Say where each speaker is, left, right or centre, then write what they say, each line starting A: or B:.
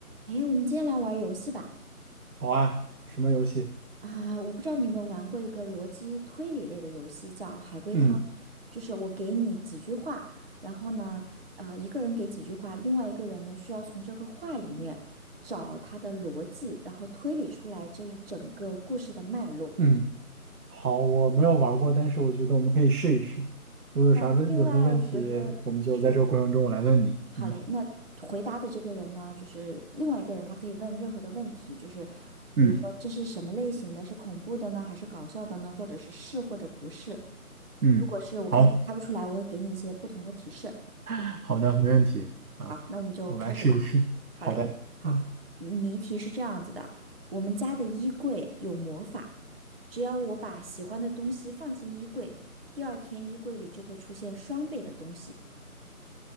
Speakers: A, on the right; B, on the right.
A: 哎，我们今天来玩儿游戏吧。
B: 好啊，什么游戏？
A: 啊，我不知道你有没有玩过一个逻辑推理类的游戏，叫海龟汤。
B: 嗯
A: 就是我给你几句话，然后呢，呃，一个人给几句话，另外一个人呢需要从这个话里面找他的逻辑，然后推理出来这一整个故事的脉络。
B: 嗯，好，我没有玩过，但是我觉得我们可以试一试。如果有啥问，
A: 那另外，
B: 有什么问题，
A: 比如说，
B: 我们就在这个过程中我来问你。
A: 就是好嘞，
B: 嗯
A: 那回答的这个人呢，就是另外一个人，他可以问任何的问题，就是
B: 嗯
A: 比如说这是什么类型的，是恐怖的呢，还是搞笑的呢，或者是是或者不是。
B: 嗯，
A: 如果是我看你猜不出来，
B: 好
A: 我会给你一些不同的提示。
B: <laughs>，好的，没问题啊，
A: 好，那我们就开始吧。
B: 我们来试一试。
A: 好嘞，
B: 好的。
A: 好，
B: 嗯，
A: 谜题是这样子的：我们家的衣柜有魔法，只要我把喜欢的东西放进衣柜，第二天衣柜里就会出现双倍的东西，